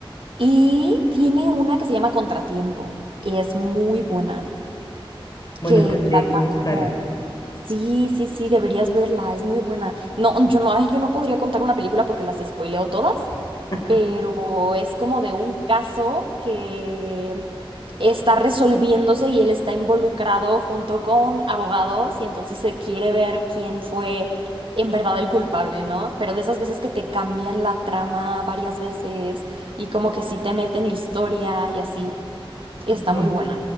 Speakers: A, on the right; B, on the left.
A: Y tiene una que se llama Contratiempo. Y es muy buena.
B: Bueno,
A: Que
B: tendría
A: trata
B: que buscarlo.
A: como. Sí, sí, sí, deberías verla. Es muy buena. No, yo no, ay, yo no podría contar una película porque las spoileo todas
B: <laughs>
A: pero es como de un caso que está resolviéndose y él está involucrado junto con abogados y entonces se quiere ver quién fue en verdad el culpable, ¿no? Pero de esas veces que te cambian la trama varias veces y como que sí te meten historia y así, está
B: Bueno.
A: muy buena.